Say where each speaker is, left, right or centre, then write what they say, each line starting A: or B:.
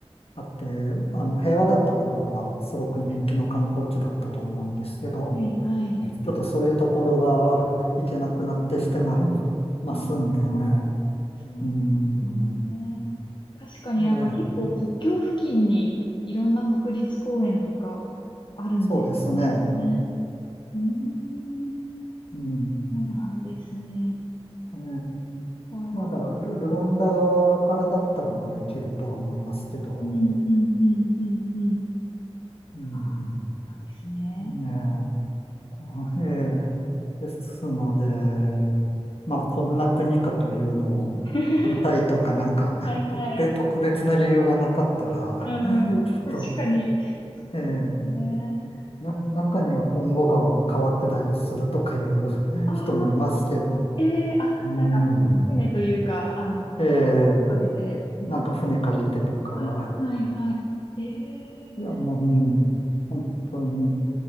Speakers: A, on the left; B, on the left.
A: あって、あの、平和だった頃はすごく人気の観光地だったと思うんですけど、
B: はい、はい。
A: ちょっとそういうところが行けなくなってしてま、ますんでね。
B: ああ、そうなんですね。
A: うん。
B: 確かになんか結構国境付近にいろんな国立公園とかあるんですね。
A: ええ、そうですね。
B: ね。うーん、
A: うん。
B: そうなんですね。
A: ええ、
B: わあ、
A: まだル、ルワンダ側からだったらまだ行けるとは思いますけど。
B: うん、うん、うん、うん、うん。
A: うん。
B: ああ、なんですね。
A: ねえ。ええ。ですので、まあ、こんな国かというのを見たいとか、
B: <laughs>
A: なんか、
B: はいはい。
A: 特別、特別な理由がなかったら、
B: うん、
A: <laughs> ちょっと、
B: 確かに。そうですね。
A: ええな、中には今後川を川下りするとかいう <laughs>
B: ああ、
A: 人もいますけど、
B: ええあ、
A: うん。
B: なんか、船というか、あの、
A: ええ、
B: あれで。
A: なんか船借りてとか、
B: はいはいはい。え
A: いや、
B: えー
A: もう、うん、本当に、